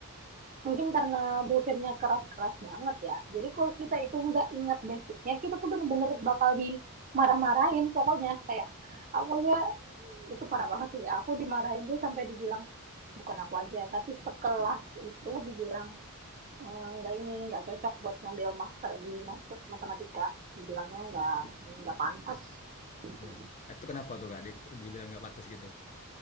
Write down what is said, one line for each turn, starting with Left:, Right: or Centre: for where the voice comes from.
Right: mungkin karena dosennya keras-keras banget ya. Jadi kalau kita itu nggak ingat basicnya, kita tuh bener-bener bakal dimarah-marahin pokoknya. Kayak aku ya itu parah banget sih. Aku dimarahin tuh sampai dibilang, bukan aku aja, tapi sekelas itu dibilang, "Eh, nggak ini, nggak cocok buat ngambil master di master matematika. Dibilangnya nggak, nggak pantas. Gitu.
Left: Tuh. Itu kenapa tuh Kak di- dibilang nggak batas gitu?